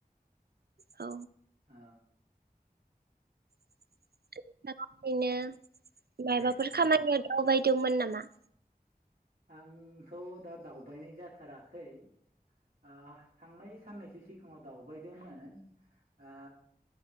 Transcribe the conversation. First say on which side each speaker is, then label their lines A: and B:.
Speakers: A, on the right; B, on the right.
A: औ।
B: ओ
A: <unintelligible> मायबाफोर
B: दे बुंलाय
A: खामानिया दावबाय दोंमोन नामा?
B: आंथ' दा दावबायनाय जाथाराखै। ओ थांनाय साननैसो सिगाङाव दावबायदोंमोन ओ